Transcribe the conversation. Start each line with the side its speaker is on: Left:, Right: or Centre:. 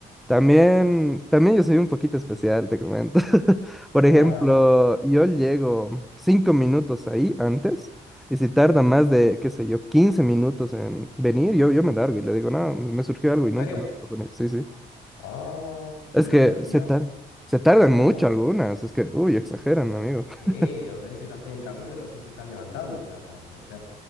Centre: También, también yo soy un poquito especial, te comento. <laughs> Por ejemplo,
Left: Ajá,
Centre: yo llego cinco minutos ahí antes. Y si tarda
Left: sí. ¿En
Centre: más de, qué sé yo, 15 minutos en venir, yo, yo me largo y le digo, no, me surgió algo y nunca
Left: serio?
Centre: más hablo con Sí, sí.
Left: Ah,
Centre: Es
Left: pero
Centre: que
Left: eso digamos,
Centre: se tar- se tardan
Left: digamos,
Centre: mucho algunas.
Left: sí.
Centre: Es que, uy, exageran, amigo.
Left: Sí,
Centre: <laughs>
Left: o te dice ya estoy en camino y recién se están levantando, o sea, no no puede ser.